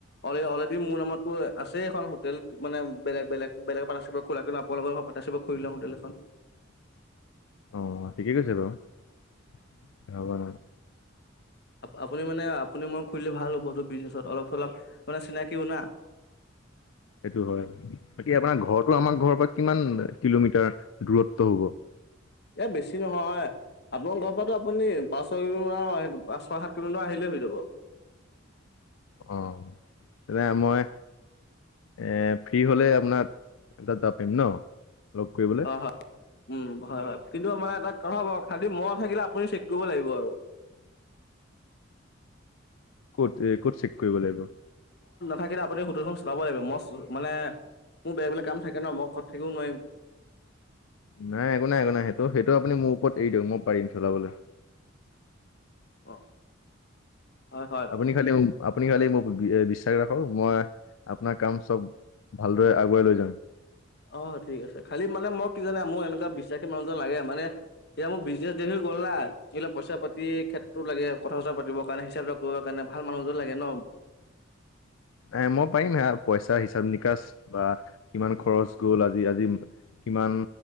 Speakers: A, on the left; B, on the left.
A: অল অলৰেডি মোৰ নামততো আছেই এখন হোটেল মানে বেলেগ বেলেগ এ পা চব খোলা কিন্ত আপোনালোকৰ পা চিব খুৰি লওঁ হোটেল এখন
B: অ ঠিকেই কৈছে বাৰু
A: আপুনি মানে আপুনি মই খুৰিলে ভাল হ'ব বতো বিজনেছত অলপ চলপ মানে চিনাকি উনা
B: সেইটো হয় বাকী আপোনাৰ ঘৰটো আমাৰ ঘৰৰ পৰা কিমান কিলোমিটাৰ দূৰত্ব হ'ব
A: এ বেছি নহয় আপোনাৰ ঘৰ পৰা আপুনি পাঁচ ছ কিলোমিাৰ পাঁচ ছয় সাত কিলোমিটাৰ আহিলে হৈ যাব <inaudible>
B: অ', এইয়া মই এ, ফ্ৰী হ'লে আপোনাক <unintelligible> ন' লগ কৰিবলে?
A: হয় হয় উম, হয়, হয়। কিন্তু আমাৰ এটা কথা হ'ব, খালী মই থাকিলে আপুনি চেক কৰিব লাগিব আৰু।
B: ক'ত এ ক'ত চেক কৰিব লাগিব
A: থাকিলে আপুনি হোটেলখন চাব লাগিব মষ্ট মানে মোৰ বেলেগ বেলে কাম থাকে ন মই ঘৰত থাকিও নোৱাৰিম
B: নাই একো নাই একো নাই সেইটো সেইটো আপুনি মোৰ ওপৰত এৰি দিয়ক মই পাৰিম চলাবলৈ
A: অ হয় হয়
B: আপুনি খালি আপুনি খালি মোক বিশ্বাস ৰাখক মই আপোনাৰ কাম চব ভালদৰে আগুৱাই লৈ যাম
A: অ ঠিক আছে খালি মানে মই কি জানে মোৰ এনেকুৱা বিশ্বাসী মানুহজন লাগে মানে এতিয়া মোৰ বিজনেছ দেৰি হৈ গ'ল না এইিলা পইচাতি ক্ষেত্ৰতো লাগে কথা চথা পাতিব কাৰণে হিচাপ বিলাক কৰিবৰ কাৰণে ভাল মানুহজনো লাগে ন
B: এ মই পাৰিম হে পইচা হিচাপ নিকাচ বা কিমান খৰচ গ'ল আজি আজি কিমান